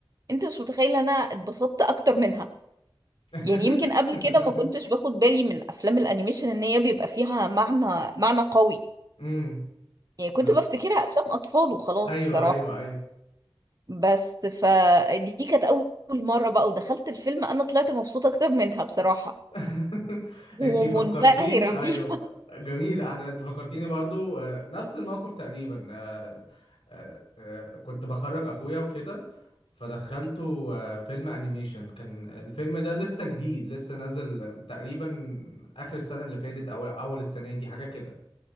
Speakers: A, on the right; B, on the left.
A: أنت مش متخيلة أنا اتبسطت أكتر منها
B: <laughs>
A: يعني يمكن قبل كده ما كنتش باخد بالي من أفلام الأنيميشن إن هي بيبقى فيها معنى معنى قوي
B: امم
A: يعني كنت
B: لا
A: بفتكرها أفلام أطفال وخلاص
B: ايوه
A: بصراحة
B: ايوه ايوه
A: بس فدي كانت أول مرة بقى ودخلت الفيلم أنا طلعت مبسوطة أكتر منها بصراحة
B: <laughs>
A: ومنبهرة
B: انتي فكرتيني
A: بيها
B: ايوه جميل انا انت فكرتيني برضو آه، نفس الموقف تقريبا آه، آه، آه، كنت بخرج اخويا وكده فدخلته آه، فيلم انيميشن كان الفيلم ده لسه جديد لسه نازل تقريبا اخر السنه اللي فاتت او اول السنه دي حاجه كده